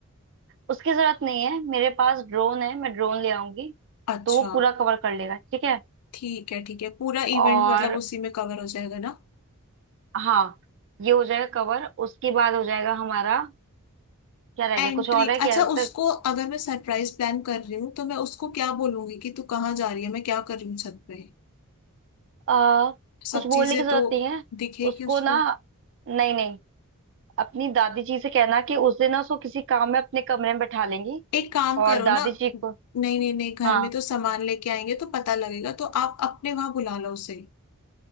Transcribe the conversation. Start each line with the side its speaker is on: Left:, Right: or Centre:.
Right: उसकी जरूरत नहीं है मेरे पास ड्रोन है मैं ड्रोन ले आऊंगी
Left: अच्छा
Right: तो वो पूरा कवर कर लेगा ठीक है
Left: ठीक है ठीक है पूरा इवेंट
Right: और
Left: मतलब उसी में कवर हो जाएगा ना
Right: हाँ ये हो जाएगा कवर उसके बाद हो जाएगा हमारा क्या रह
Left: एंट्री
Right: गया कुछ और है क्या
Left: अच्छा
Right: उसका
Left: उसको अगर मैं सरप्राइज प्लान कर रही हूँ तो मैं उसको क्या बोलूंगी कि तू कहाँ जा रही है मैं क्या कर रही हूँ छत पे
Right: आ,
Left: सब
Right: कुछ बोलने
Left: चीजें
Right: की जरूरत
Left: तो
Right: नहीं है
Left: दिखेगी
Right: उसको
Left: उसको
Right: ना नहीं नहीं अपनी दादी जी से कहना कि उस दिन ना उसको किसी काम में अपने कमरे में बैठा लेंगी
Left: एक काम करो
Right: और दादी
Left: ना
Right: जी को
Left: नहीं नहीं नहीं घर
Right: हाँ
Left: में तो सामान लेके आएंगे तो पता लगेगा तो आप अपने वहां बुला लो उसे